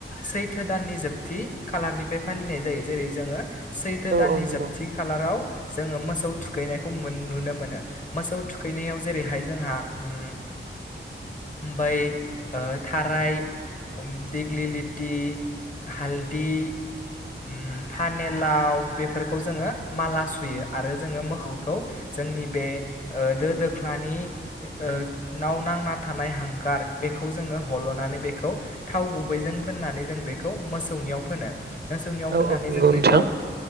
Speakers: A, on the left (about 40°); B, on the right (about 55°).
A: सैथो दाननि जोबथि खालारनिफाय फालिनाय जायो जेरै जोङो सैथो
B: औ
A: दाननि
B: औ नंगौ
A: जोबथि खालाराव जोङो मोसौ थुखैनायखौ मोन नुनो मोनो मोसौ थुखैनायाव जेरैहाय जोंहा उम बै ओ थाराय उम दिग्लिलिटि हालदि उम फानेलाव बेफोरखौ जोङो माला सुयो आरो जोङो मोखौखौ जोंनि बे ओ दो दोख्लानि ओ नाव नांना थानाय हांखार बेखौ जोङो हल'नानै बेखौ थाव गुबैजों फोननानै जों बेखौ मोसौ नियाव फोनो मोसौनियाव
B: औ
A: फोननानै
B: औ नंगौ
A: जों बेखौ
B: नोंथां